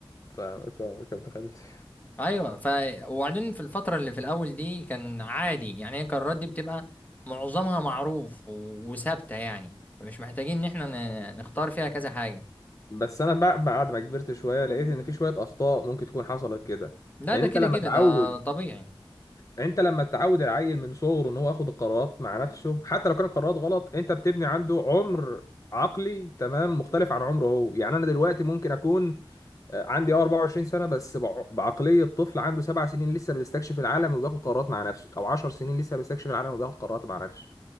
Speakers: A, on the left; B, on the left.
A: فاهمك فاهمك يا ابن خالتي
B: ايوه ف وبعدين في الفتره اللي في الاول دي كان عادي يعني هي القرارات دي بتبقى معظمها معروف و- وثابته يعني فمش محتاجين ان احنا ن- نختار فيها كذا حاجه
A: بس انا بع- بعد ما كبرت شويه لقيت ان في شويه اخطاء ممكن تكون حصلت كده
B: لا
A: لان
B: ده
A: انت
B: كده
A: لما
B: كده
A: تعود
B: ده طبيعي
A: انت لما تعود العيل من صغره ان هو ياخد القرارات مع نفسه حتى لو كانت القرارات غلط انت بتبني عنده عمر عقلي تمام مختلف عن عمره هو يعني انا دلوقتي ممكن اكون آه، عندي اه 24 سنه بس بع- بعقليه طفل عنده سبع سنين لسه بيستكشف العالم وبياخد قرارات مع نفسه او 10 سنين لسه بيستكشف العالم وبياخد قرارات مع نفسه